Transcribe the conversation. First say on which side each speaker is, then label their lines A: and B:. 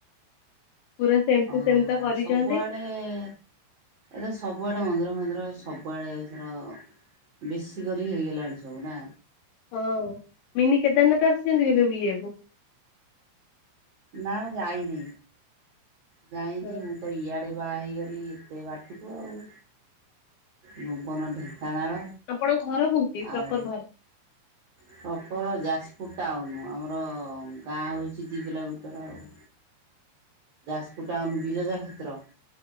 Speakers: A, on the left; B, on the right.
A: ପୁରା ସେମ୍ ଟୁ
B: ଓହୋ
A: ସେମ୍ ତ କରିଛନ୍ତି
B: ସବୁଆଡ଼େ ଏ ତ ସବୁଆଡ଼େ ମନ୍ଦିର ଫନ୍ଦିର ସବୁଆଡ଼େ ଏଥର। ବେଶୀ କରି ହେଇଗଲାଣି ସବୁ ନା?
A: ହଁ ମିନି କେଦାରନାଥ ଆସିଛନ୍ତି କେବେ ବୁଲିବାକୁ?
B: ନାଁ ମୁ ଯାଇନି। ଯାଇନି
A: ହଁ
B: ମୁଁ ତ ଇଆଡ଼େ ବାଆ ହେଇଗଲି ଏତେ ବାଟକୁ ଆଉ। ଭୁବନ ଢେଙ୍କାନାଳ
A: ଆପଣ ଘର କୋଉଠି ପ୍ରପର
B: ଆଉ
A: ଘର?
B: ପ୍ରପର ଯାଜପୁର ଟାଉନ ଆମର ଗାଁ ହଉଚି ଦି କିଲୋମିଟର ଆଉ। ଯାଜପୁର ଟାଉନ ବିରଜା କ୍ଷେତ୍ର।